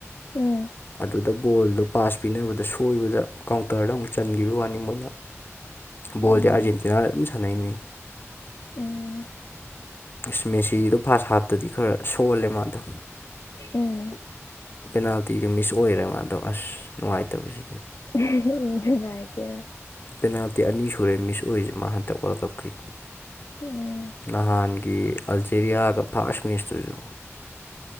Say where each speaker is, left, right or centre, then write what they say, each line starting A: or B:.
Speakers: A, on the left; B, on the left.
A: ꯎꯝ
B: ꯑꯗꯨꯗ ꯕꯣꯜꯗꯣ ꯄꯥꯁ ꯄꯤꯅꯕꯗ ꯁꯣꯏꯕꯗ ꯀꯥꯎꯟꯇꯔꯗ ꯑꯃꯨꯛ ꯆꯟꯒꯤꯕꯩ ꯋꯥꯅꯤ ꯃꯣꯏꯅ
A: ꯎꯝ
B: ꯕꯣꯜꯗꯤ ꯑꯥꯔꯖꯦꯟꯇꯤꯅꯥ ꯑꯗꯨꯝ ꯁꯥꯟꯅꯩꯅꯦ
A: ꯎꯝ
B: ꯏꯁ ꯃꯦꯁꯤꯗꯣ ꯐꯥꯁ ꯍꯥꯞꯇꯗꯤ ꯈꯔ ꯁꯣꯜꯂꯦ ꯃꯥꯗꯣ
A: ꯎꯝ
B: ꯄꯦꯅꯥꯜꯇꯤꯒ ꯃꯤꯁ ꯑꯣꯏꯔꯦ ꯃꯥꯗꯣ ꯑꯁ ꯅꯨꯡꯉꯥꯏꯇꯕꯁꯤꯗꯤ
A: <unintelligible> ꯅꯨꯡꯉꯥꯏꯇꯦ
B: ꯄꯦꯅꯥꯜꯇꯤ ꯑꯅꯤ ꯁꯨꯔꯦ ꯃꯤꯁ ꯑꯣꯏꯁꯦ ꯃꯥ ꯍꯟꯇꯛ ꯋꯥꯔꯜ ꯀꯞꯀꯤ
A: ꯎꯝ
B: ꯅꯍꯥꯟ ꯒꯤ ꯑꯜꯖꯦꯔꯤꯌꯥꯒ ꯐꯥꯁ ꯃꯤꯁꯇꯨꯁꯨ